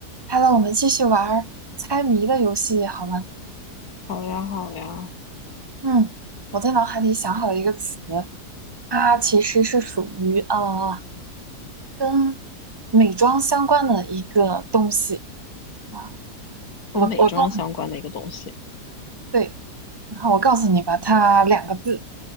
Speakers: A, on the right; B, on the left.
A: 好了，我们继续玩儿猜谜的游戏好吗？
B: 好呀，好呀，
A: 嗯，我在脑海里想好了一个词，它其实是属于呃跟美妆相关的一个东西啊。我我告诉你，
B: 跟美妆相关的一个东西，
A: 对，然后我告诉你吧，它两个字，